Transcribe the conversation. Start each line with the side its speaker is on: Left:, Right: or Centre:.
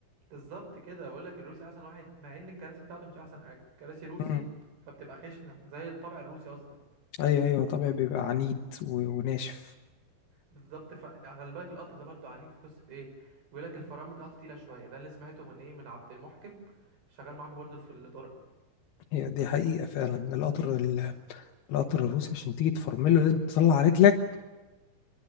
Right: بالظبط كده بقول لك الروسي احسن واحد مع ان الكراسي بتاعته مش احسن حاجه كراسي روسي
Left: امم
Right: فبتبقى خشنه زي الطابع الروسي اصلا
Left: ايوه ايوه طبيعي بيبقى عنيد و- وناشف
Right: بالظبط ف خلي بالك القطر ده برضو عنيد في قصه ايه بيقول لك الفرامل بتاعته تقيله شويه ده اللي سمعته من ايه من عبد المحكم شغال معاكم برضو في الطرق
Left: هي دي حقيقة فعلا القطر ال- القطر الروسي عشان تيجي تفرمله لازم تطلع رجلك